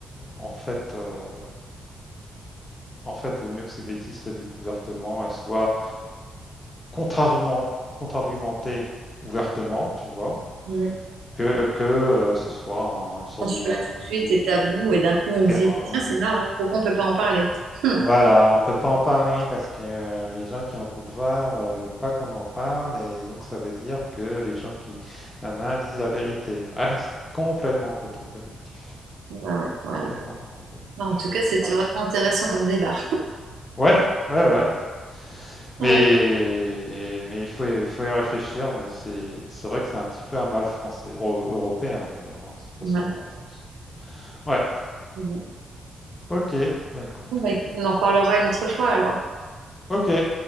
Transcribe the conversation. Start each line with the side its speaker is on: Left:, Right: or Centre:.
Left: en fait, euh, en fait, vaut mieux que ces bêtises soient dites ouvertement et soient contrairement, contre-argumentées ouvertement, tu vois,
Right: Ouais.
Left: que, que euh, ce soit un- une sorte
Right: Censurer
Left: de marigot,
Right: tout de suite est tabou.
Left: euh,
Right: Et d'un coup, on
Left: terrain.
Right: se dit, bah, tiens, c'est marrant, pourquoi on peut pas en parler? Hum.
Left: Voilà, on peut pas en parler parce que euh, les gens qui ont pouvoir euh, ne veulent pas qu'on en parle et donc ça veut dire que les gens qui nanana, disent la vérité. Ouais, c'est complètement contre-productif.
Right: Ouais, ouais, voilà.
Left: Complètement contre-productif.
Right: Non, en tout cas, c'était
Left: Ouais.
Right: vraiment intéressant comme débat.
Left: Ouais, ouais, ouais.
Right: Ouais.
Left: Mais, mais il faut, y- faut y réfléchir, mais c'est c'est vrai que c'est un petit peu un mal français, Euro- européen d'ailleurs, hein, c'est pas
Right: Ouais.
Left: seulement en France. Ouais,
Right: Ouais.
Left: ok, bah écoute,
Right: Bon, bah,
Left: euh,
Right: écoute, on en reparlera une autre fois alors.
Left: ok.